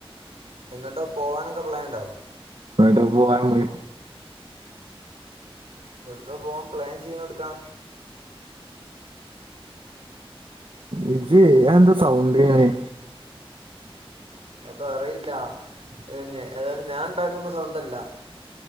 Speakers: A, on the right; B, on the right.
A: എങ്ങോട്ടോ പോവാനൊക്കെ പ്ലാൻ ഉണ്ടോ
B: എങ്ങോട്ടാ പോവാനുള്ളെതെ
A: എവിടുക്കാ പോവാൻ പ്ലാൻ ചെയ്യണ എവിടുക്കാ
B: ഇജ്ജെ അതെന്ത് സൗണ്ടേണ്?
A: അതറിയില്ല എന്നെ ഏതായാലും ഞാൻ ഉണ്ടാക്കുന്ന സൗണ്ടല്ല.